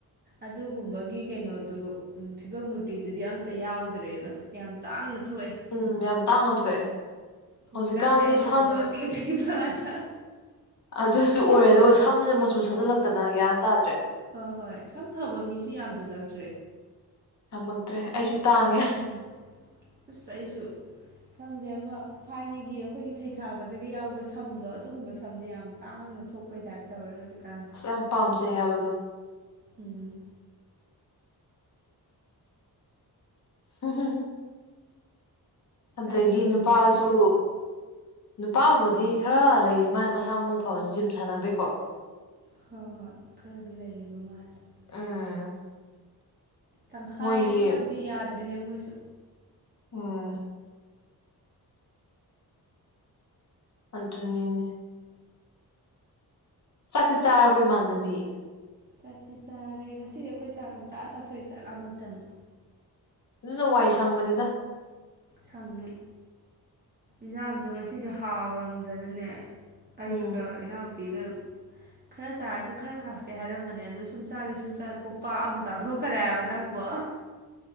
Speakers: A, on the right (about 25°); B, on the left (about 45°).
A: ꯑꯗꯨꯒꯨꯝꯕꯒꯤ ꯀꯩꯅꯣꯗꯣ ꯐꯤꯕꯝ ꯃꯨꯔꯇꯤꯗꯨꯗꯤ ꯑꯝꯇ ꯌꯥꯎꯗ꯭ꯔꯦꯗ ꯌꯥꯝ ꯇꯥꯡꯅ ꯊꯣꯛꯑꯦ꯫
B: ꯎꯝ ꯌꯥꯝ ꯇꯥꯡꯅ ꯊꯣꯛꯑꯦ
A: ꯍꯧꯖꯤꯀꯥꯟꯗꯤ
B: ꯍꯧꯖꯤꯛꯀꯥꯟꯗꯤ
A: ꯑꯩꯈꯣꯏꯒꯨꯝꯕ
B: ꯁꯝ
A: ꯄꯤꯛ ꯄꯤꯛ ꯉꯥꯇꯥ
B: ꯑꯗꯨꯁꯨ ꯑꯣꯏꯔꯦ ꯑꯗꯨꯒ ꯁꯝꯁꯦ ꯃꯆꯨ ꯁꯪꯖꯤꯜꯂꯛꯇꯅꯒ꯭ꯌꯥꯟ ꯇꯥꯗ꯭ꯔꯦ
A: ꯍꯣꯏ ꯍꯣꯏ ꯁꯝ ꯐꯕ ꯃꯤꯁꯨ ꯌꯥꯝꯁꯤꯜꯂꯛꯇ꯭ꯔꯦ
B: ꯌꯥꯝꯝꯃꯛꯇ꯭ꯔꯦ ꯑꯩꯁꯨ ꯇꯥꯡꯉꯦ
A: ꯎꯝ ꯑꯁ ꯑꯩꯁꯨ ꯁꯝꯁꯦ ꯑꯃ ꯊꯥꯏꯅꯒꯤ ꯑꯩꯈꯣꯏꯒꯤ ꯁꯩꯊꯥꯕꯗꯒ ꯌꯥꯎꯕ ꯁꯝꯗꯣ ꯑꯗꯨꯒꯨꯝꯕ ꯁꯝꯁꯦ ꯌꯥꯝ ꯇꯥꯡꯅ ꯊꯣꯛ ꯍꯣꯏ ꯇꯥꯏꯞ ꯇꯧꯔꯦ ꯍꯧꯖꯤꯛꯀꯥꯟ
B: ꯑꯁ ꯌꯥꯝ ꯄꯥꯝꯖꯩ ꯍꯥꯏꯕꯗꯣ
A: ꯎꯝ
B: <unintelligible> ꯑꯗꯒꯤ
A: ꯇꯞ ꯇꯞ
B: ꯅꯨꯄꯥꯁꯨ
A: ꯃꯥꯡꯁꯤꯜꯂꯛꯑꯦ
B: ꯅꯨꯄꯥꯕꯨꯗꯤ ꯈꯔ ꯂꯩ ꯃꯥ ꯃꯁꯥ ꯃꯎ ꯐꯕ ꯖꯤꯝ ꯁꯥꯟꯅꯕꯩꯀꯣ꯫
A: ꯍꯣꯏ ꯍꯣꯏ ꯈꯔꯗꯤ ꯂꯩꯔꯤꯕ ꯃꯥꯜꯂꯦ꯫
B: ꯎꯝ
A: ꯇꯪꯈꯥꯏ
B: ꯃꯣꯏꯒꯤ
A: ꯑꯃꯗꯤ ꯌꯥꯗ꯭ꯔꯦꯍꯦ ꯃꯣꯏꯁꯨ
B: ꯎꯝ ꯑꯗꯨꯅꯤ ꯆꯥꯛꯇꯤ ꯆꯥꯔꯕ ꯏꯃꯥꯟꯅꯕꯤ?
A: ꯆꯠꯇꯤ ꯆꯥꯔꯦ ꯉꯁꯤꯗꯤ ꯑꯩꯈꯣꯏ ꯆꯥꯛꯉꯟꯇꯥ ꯆꯥꯊꯣꯛꯑꯦ ꯆꯠꯂꯥꯝꯃꯛꯇꯅꯨ
B: ꯑꯗꯨꯅ ꯋꯥꯏ ꯁꯪꯕꯅꯤꯗ
A: ꯁꯪꯉꯦ ꯏꯟꯁꯥꯡꯗꯣ ꯉꯁꯤꯗꯤ ꯍꯥꯎꯔꯝꯗꯅꯅꯦ ꯑꯩꯒ
B: ꯎꯝ
A: ꯏꯅꯥꯎꯄꯤꯒ ꯈꯔ ꯆꯥꯔꯒ ꯈꯔ ꯈꯥꯛꯁꯦ ꯍꯥꯏꯔꯝꯕꯅꯦ ꯑꯗꯨ ꯁꯨꯝꯆꯥꯥꯏꯒꯤ ꯁꯨꯝꯆꯥꯥ ꯀꯣꯝꯄꯥꯛ ꯑꯃ ꯆꯥꯊꯣꯛꯈ꯭ꯔꯦ ꯍꯥꯏꯕ ꯅꯪꯕꯨ